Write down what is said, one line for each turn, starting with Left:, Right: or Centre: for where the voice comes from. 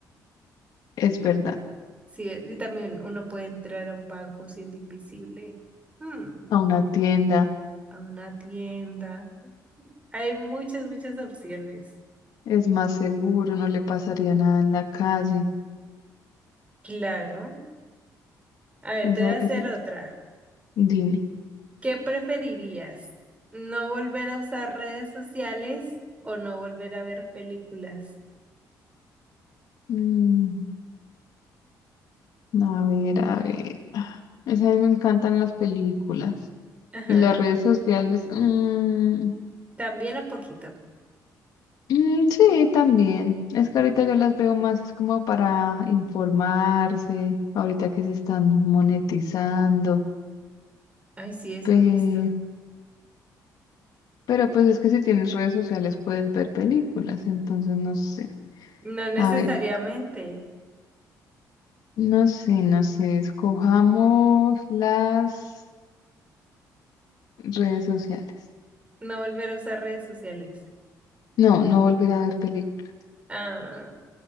Left: es
Right: Y,
Left: verdad.
Right: sí, y también uno puede entrar a un banco siendo invisible, Hmm,
Left: A una tienda
Right: a una tienda. Hay muchas, muchas opciones.
Left: es más seguro, no le pasaría nada en la calle.
Right: Claro. A ver,
Left: Esa,
Right: te voy a hacer
Left: esa,
Right: otra.
Left: dime.
Right: ¿Qué preferirías? ¿No volver a usar redes sociales o no volver a ver películas?
Left: Mm, a ver, a ver. Ah, Esa a mí me encantan las películas.
Right: Ajá,
Left: Y las redes sociales, mm,
Right: también un poquito.
Left: mm, sí, también. Es que ahorita yo las veo más es como para informarse, ahorita que se están monetizando.
Right: Ay, sí, eso
Left: pe-
Right: he visto.
Left: pero pues es que si tienes redes sociales puedes ver películas, entonces no sé.
Right: No necesariamente.
Left: A ver, no sé, no sé, escojamos las redes sociales.
Right: No volver a usar redes sociales.
Left: No, no volver a ver películas.
Right: Ah,